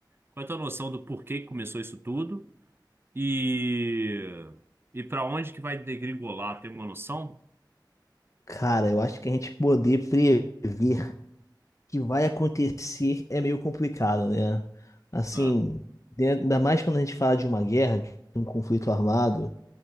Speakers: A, on the right; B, on the left.
A: Qual é a tua noção do porquê que começou isso tudo? E, e para onde que vai degringolar? Tem uma noção?
B: Cara, eu acho que a gente poder prever o que vai acontecer é meio complicado, né? Assim,
A: Ah,
B: dentro- ainda mais quando a gente fala de uma guerra, de um conflito armado,